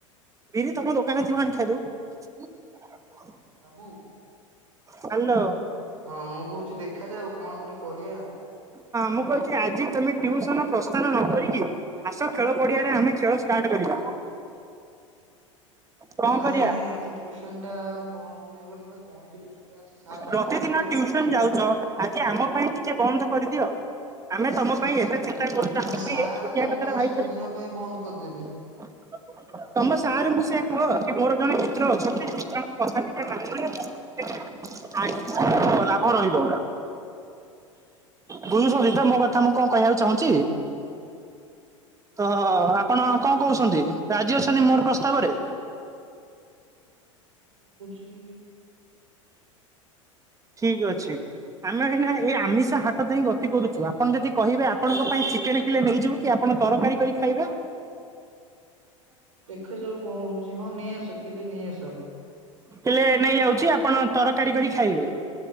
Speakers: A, on the right (about 20°); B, on the right (about 75°).
A: ବିରି ତମ ଦୋକାନରେ ଥିବ ଆଣିକି ଖାଇଦବୁ।
B: ବାବୁ।
A: ହାଲୋ।
B: ହଁ ମୁଁ କହୁଛି, ଦେଖାାଯାଉ, କଣ ଗୋଟେ କରିଆ?
A: ହଁ ମୁଁ କହୁଛି ଆଜି ତମେ ଟ୍ୟୁସନ ପ୍ରସ୍ଥାନ ନ କରିକି ଆସ ଖେଳ ପଡିଆରେ ଆମେ ଖେଳ ଷ୍ଟାଟ୍ କରିବା। କଣ
B: ନାଇଁ
A: କରିବା
B: ନାଇଁ ଆଜି ଟିଉସନ ଟା ବନ୍ଦ କରିହବନି ବା। ଗଣିତ ଟ୍ୟୁସନ ଟା ଅଛି ସାର୍ ପାଟି
A: ପ୍ରତିଦିନ
B: କରିବେ।
A: ଟିଉସନ ଯାଉଛ, ଆଜି ଆମ ପାଇଁ ଟିକେ ବନ୍ଦ କରିଦିଅ ଆମେ ତମ ପାଇଁ ଏବେ <unintelligible>
B: ନାଇଁ
A: ପାଇଁ ଏଇ
B: ସାର୍
A: ଛୋଟିଆ
B: ମୋ
A: କଥାଟା
B: ପାଇଁ
A: ଭାବି
B: ସବୁଦିନ
A: ପାରିବ ନାଇଁ।
B: ପାଇଁ ବନ୍ଦ କରିଦେବେ
A: ତମ ସାରଙ୍କୁ ସେଇଆ କୁହ କି ମୋର ଜଣେ ମିତ୍ର ଅଛନ୍ତି୍ ତାଙ୍କ କଥା ଟିକେ ମାନିନିଅନ୍ତୁ। <unintelligible> ଲାଭ ରହିବ। ବୁଝୁଛନ୍ତି ତ ମୋ କଥା ମୁଁ କଣ କହିବାକୁ ଚାହୁଁଛି?
B: ହୁଁ ହୁଁ। <inaudible>
A: ତ ଆପଣ କଣ କହୁଛନ୍ତି ରାଜି ଅଛନ୍ତି ମୋର ପ୍ରସ୍ତାବରେ?
B: କି
A: ଠିକ ଅଛି, ଆମେ ଏଇନା ଏଇ ଆମିଷା ହାଟ ଦେଇ ଗତି କରୁଛୁ, ଆପଣ ଯଦି କହିବେ ଆପଣଙ୍କ ପାଇଁ ଚିକେନ କିଲେ ନେଇଯିବୁ କି ଆପଣ ତରକାରୀ କରି ଖାଇବେ?
B: ଦେଖାଯାଉ କଣ ହଉଛି, ହଁ ନେଇ ଆସ କିଲେ ନେଇ ଆସ।
A: ହେଲେ ନେଇଯାଉଛି ଆପଣ ତରକାରୀ କରି ଖାଇବେ,